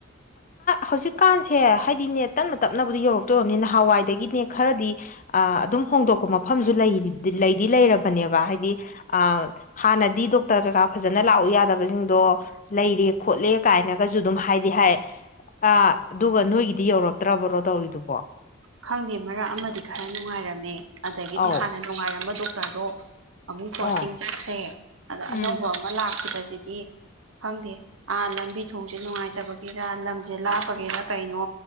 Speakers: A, on the left; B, on the right.
A: ꯍꯧꯖꯤꯛꯀꯥꯟꯁꯦ ꯍꯥꯏꯗꯤ ꯅꯦ ꯇꯞꯅ ꯇꯞꯅꯕꯨꯗꯤ ꯌꯧꯔꯛꯇꯣꯏꯔꯝꯅꯤ ꯅꯍꯥꯟꯋꯥꯏꯗꯒꯤꯅꯦ ꯈꯔꯗꯤ ꯑ ꯑꯗꯨꯝ ꯍꯣꯡꯗꯣꯛꯄ ꯃꯐꯝꯁꯨ ꯂꯩꯗꯤ ꯂꯩꯔꯕꯅꯦꯕ ꯍꯥꯏꯗꯤ ꯑꯥ ꯍꯥꯟꯅꯗꯤ ꯗꯣꯛꯇꯔ ꯀꯩꯀꯥ ꯐꯖꯅ ꯂꯥꯛꯎ ꯌꯥꯗꯕꯁꯤꯡꯗꯣ ꯂꯩꯔꯦ ꯈꯣꯠꯂꯦ ꯀꯥꯏꯅꯒꯁꯨ ꯑꯗꯨꯝ ꯍꯥꯏꯗꯤ ꯍꯥꯏ ꯑ ꯑꯗꯨꯒ ꯅꯣꯏꯒꯤꯗꯤ ꯌꯧꯔꯛꯇ꯭ꯔꯕ꯭ꯔꯣ ꯇꯧꯔꯤꯗꯨꯕꯣ
B: ꯈꯪꯗꯦ ꯃꯔꯛ ꯑꯃꯗꯤ ꯈꯔ ꯅꯨꯡꯉꯥꯏꯔꯝꯃꯦ ꯑꯗꯒꯤꯗꯤ
A: ꯑꯧ
B: ꯍꯥꯟꯅ ꯅꯨꯡꯉꯥꯏꯔꯝꯕ ꯗꯣꯛꯇꯔꯗꯣ ꯑꯃꯨꯛ ꯄꯣꯁꯇꯤꯡ
A: ꯑꯣ
B: ꯆꯠꯈ꯭ꯔꯦ ꯑꯗ
A: ꯎꯝ
B: ꯑꯅꯧꯕ ꯑꯃ ꯂꯥꯛꯈꯤꯕꯁꯤꯗꯤ ꯈꯪꯗꯦ ꯑꯥ ꯂꯝꯕꯤ ꯊꯣꯡꯁꯦ ꯅꯨꯡꯉꯥꯏꯇꯕꯒꯤꯔ ꯂꯝꯁꯦ ꯂꯥꯞꯄꯒꯤꯔ ꯀꯩꯅꯣ